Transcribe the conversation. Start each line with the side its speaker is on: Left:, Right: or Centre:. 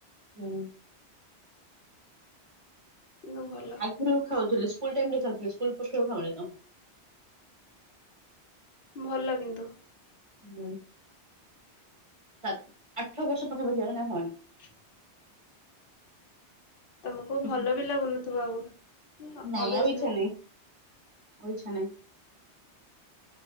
Right: ହୁଁ
Left: କିନ୍ତୁ ଭଲ
Right: ଆଗରୁ ଖାଉଥିଲି ସ୍କୁଲ ଟାଇମରେ ଖାଉଥିଲି ସ୍କୁଲ ପରଠୁ ଆଉ ଖାଉନି ତ
Left: ଭଲ କିନ୍ତୁ
Right: ହୁଁ ଆ ଆଠ ବର୍ଷ ପାଖାପାଖି ହେଲାଣି ଆଉ ଖାଉନି।
Left: <unintelligible> ତମକୁ
Right: ହୁଁ
Left: ଭଲ
Right: ହୁଁ।
Left: ବି ଲାଗୁନଥିବ ଆଉ
Right: ନାଇଁ
Left: ଅଭ୍ୟାସ
Right: ଆଉ ଇଚ୍ଛା
Left: ନାହିଁ।
Right: ଆଉ ଇଛା ନାହିଁ।